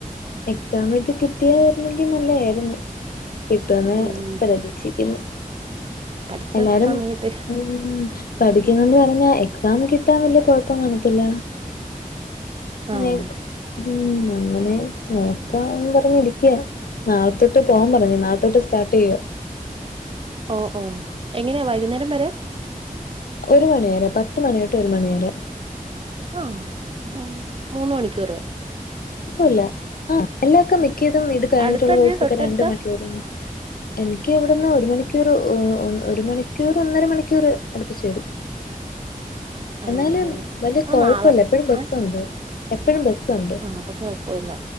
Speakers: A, on the left; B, on the right.
A: എക്സാം എഴത്ത് കിട്ടിയായിരുന്നെങ്കിൽ നല്ലയായിരുന്നു കിട്ടുവെന്ന്
B: ഉം
A: പ്രതീക്ഷിക്കുന്നു
B: പഠിച്ചോ
A: എല്ലാരും
B: നന്നായിട്ട്
A: ഉം പഠിക്കുന്നുണ്ട് പറഞ്ഞ എക്സാം കിട്ടാൻ വലിയ കുഴപ്പം കാണത്തില്ല <unintelligible> ഉം
B: ആഹ്
A: ന്ന അങ്ങനെ നോക്കാന്ന് പറഞ്ഞിരിക്കയാ നാളത്തോട്ട് പോവാൻ പറഞ്ഞു നാളത്തോട്ട് സ്റ്റാർട്ട് ചെയ്യുവ
B: ഓഹ് ഓഹ് എങ്ങനെയാ വൈകുന്നേരം വരെ
A: ഒരു മണിവരെ പത്ത് മണി തൊട്ട് ഒരു മണിവരെ
B: ആഹ് പ്പം മൂന്ന് മണിക്കൂറ്
A: കൊഴപ്പല്ല അഹ് എല്ലാവർക്കും മിക്കതും ഇത് കഴിഞ്ഞിട്ടുള്ള
B: അടുത്തന്നെ
A: കോഴ്സോക്കെ
B: തൊട്ടടുത്താ
A: രണ്ട് മണിക്കൂർ ഒള്ളു എനിക്ക് ഇവിടുന്ന് ഒരു മണിക്കൂർ ഒരു മണിക്കൂർ ഒന്നര മണിക്കൂർ അടുപ്പിച്ചു തരും
B: ആണല്ലേ
A: എന്നാലും വല്യ
B: ആഹ്
A: കൊഴപ്പല്ല
B: നാളെ
A: എപ്പോഴും ബസ്സുണ്ട്.
B: ഏഹ്
A: എപ്പഴും ബസ്സുണ്ട്
B: ആഹ് അപ്പൊ കോഴപ്പല്ല.